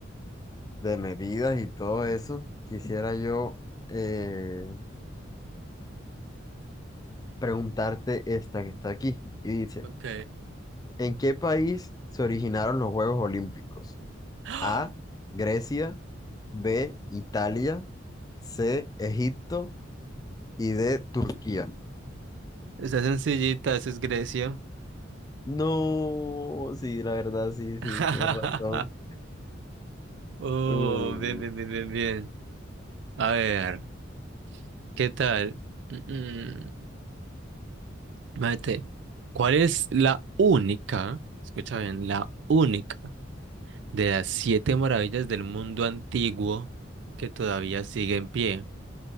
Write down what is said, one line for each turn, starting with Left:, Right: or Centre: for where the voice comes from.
Left: de medidas y todo eso, quisiera yo eh, preguntarte esta que está aquí y dice,
Right: Ok.
Left: ¿en qué país se originaron los Juegos Olímpicos?
Right: ¡Ah!
Left: A, Grecia, B, Italia, C, Egipto y D, Turquía.
Right: Está <gasps> sencillita, eso es Grecia.
Left: No, sí, la verdad, sí, sí,
Right: <laughs>
Left: tienes razón.
Right: Oh,
Left: Uh,
Right: bien, bien, bien, bien, bien. A ver, ¿qué tal? <clears throat> Mate, ¿cuál es la única, escucha bien, la única de las siete maravillas del mundo antiguo que todavía sigue en pie?